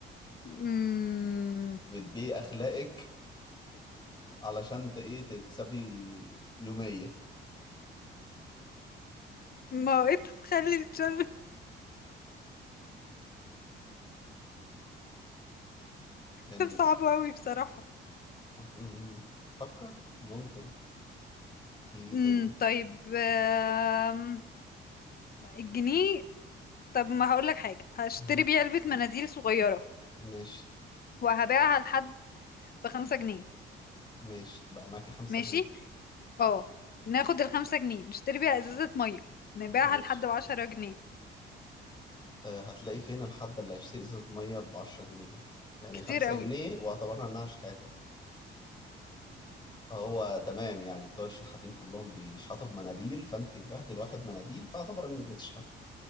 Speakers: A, on the left (about 50°); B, on the left (about 25°).
A: مم...
B: فبتبيعي اخلاقك علشان ت- ايه تكسبي يوميه
A: ما هو ايه ده؟ تخلي الشغل
B: يعني
A: <laughs> صعب قوي بصراحة
B: أم، فكر ممكن ايه
A: امم
B: تاني
A: طيب أم، الجنيه طب ما هقولك حاجة هشتري
B: مم.
A: بيه علبة مناديل صغيرة
B: ماشي
A: وهبيعها لحد بخمسة جنيه
B: ماشي بقى معاكي خمسة
A: ماشي
B: جنيه
A: اه ناخد الخمسة جنيه نشتري بيها ازازة مية نبيعها
B: ماشي
A: لحد بعشرة جنيه
B: أه هتلاقي فين الحد اللي هيشتري ازازة مية بعشرة جنيه ده يعني
A: كتير
B: خمسة
A: قوي
B: جنيه واعتبرنا انها شحاتة هو تمام يعني بتوع الشحاتين كلهم بيشحتوا بمناديل فانت بعتي لواحد مناديل فاعتبر انك بتشحتي